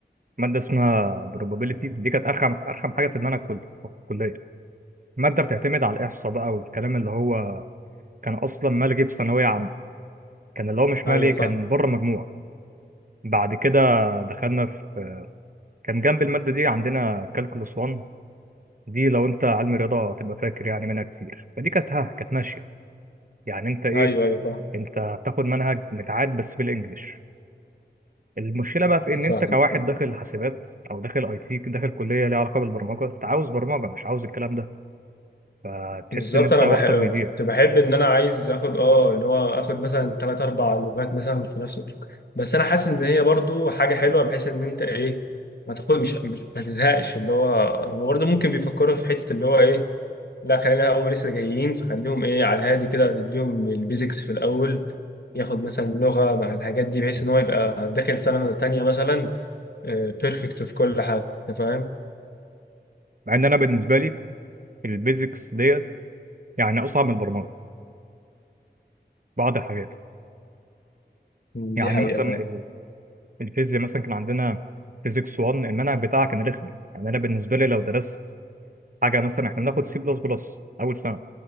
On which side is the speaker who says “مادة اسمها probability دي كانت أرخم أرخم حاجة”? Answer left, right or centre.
Right